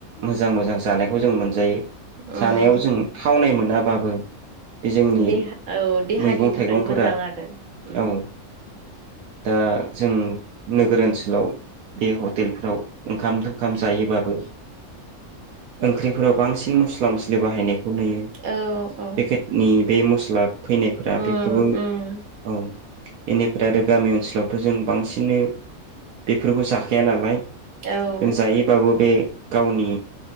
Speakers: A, on the right; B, on the right.
A: मोजां मोजां जानायखौ जों मोनजायो
B: उम
A: जानायाव जों थावनाय मोनो। मोनाबाबो बे जोंनि
B: देहा औ देहानि
A: मैगं
B: थाखाय
A: थाइगंफोरा
B: मोजां आरो उम
A: औ दा जों नोगोर ओनसोलाव बे हटेलफोराव ओंखाम थोंखाम जायोबाबो ओंख्रिफोराव बांसिन मस्ला मस्लि बाहायनाय खौ नुयो
B: औ औ
A: पेकेटनि बे मुस लाब फैनायफोरा
B: उम
A: बेफोरबो
B: उम
A: औ बेनिफ्राय आरो गामि ओनसोलावथ' जों बांसिनो बेफोरखौ जाखाया नालाय
B: औ
A: जों जायोबाबो बे गावनि